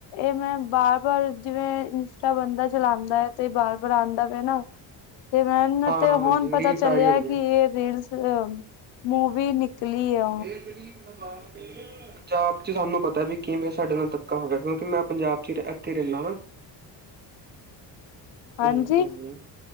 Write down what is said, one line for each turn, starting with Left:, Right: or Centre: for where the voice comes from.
Left: ਏ ਮੈਂ ਬਾਰ-ਬਾਰ ਜਿਵੇਂ ਇੰਸਟਾ ਬੰਦਾ ਚਲਾਂਦੈ ਤੇ ਬਾਰ-ਬਾਰ ਆਂਦਾ ਪੇਆ ਨਾ ਤੇ ਮੈਨੂੰ
Right: ਹਾਂ
Left: ਤੇ
Right: ਹਾਂਜੀ
Left: ਹੋਨ ਪਤਾ
Right: ਰੀਲ ਸਾਰੀ
Left: ਚੱਲੇਆ
Right: ਹੋਣੀ ਹੈ।
Left: ਕਿ ਏ ਰੀਲਸ ਅ ਮੂਵੀ ਨਿਕਲੀ ਐ
Right: ਏ ਗਰੀਬਨਵਾਜ ਦੀ ਪੰਜਾਬ 'ਚ ਸਾਨੂੰ ਪਤੈ ਬੀ ਕਿਵੇਂ ਸਾਡੇ ਨਾਲ ਧੱਕਾ ਹੋ ਗਿਆ ਕਿਉਂਕਿ ਮੈਂ ਆਪ ਪੰਜਾਬ 'ਚ ਤੇ ਐਥੇ ਰੈਨਾਂ ਵਾਂ।
Left: ਹਾਂਜੀ।
Right: ਹਾਂਜੀ-ਹਾਂਜੀ